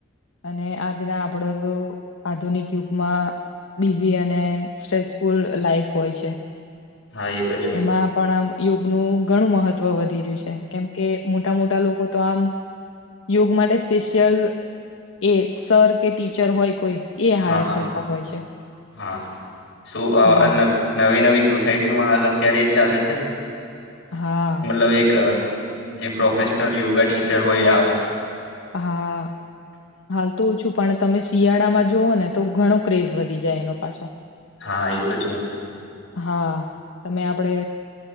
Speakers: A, on the left; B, on the left.
A: અને આજના આપડો, તો આધુનિક યુગમાં બિઝી, અને સ્ટ્રેસફુલ લાાઈફ હોય છે
B: હા એ તો છે.
A: એમાં, પણ આમ ઔ. નું ઘણું મહત્વ વધી રહ્યું છે. કેમકે મોટા મોટા લોકો તો આમ યોગ માટે સ્પેશિયલ એ સર કે ટીચર હોય કોઈ એ
B: હા
A: હાયર
B: હા
A: કરતા હોય છે.
B: હા, શું આ
A: હા
B: નવી નવી સોસાયટીઓમાં હાલ અત્યારે જ ચાલે છેને.
A: હા
B: મતલબ, એક જે પ્રોફેશનલ યોગા ટીચર હોય એ આવે.
A: હા! હાલ તો ઓછું પણ તમે શિયાળામાં જુઓ ને તો ઘણો ક્રેઝ વધી જાય, એનો પાછો
B: હા એ તો છે.
A: હા તમે આપડે